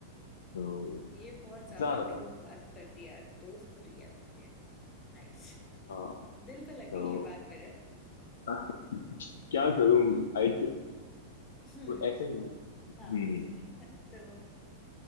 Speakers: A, on the left; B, on the left.
A: तो
B: ये बहुत
A: मजा
B: ज्यादा
A: आता
B: ट्रू
A: था
B: बात करती यार दोस्त रियल थे नाइस
A: हाँ
B: दिल पे लग
A: तो
B: गई ये बात मेरे
A: <laughs> क्या
B: <laughs>
A: करूँ हाइट
B: हम्म
A: ऐसे ही हूँ हम्म
B: हाँ तो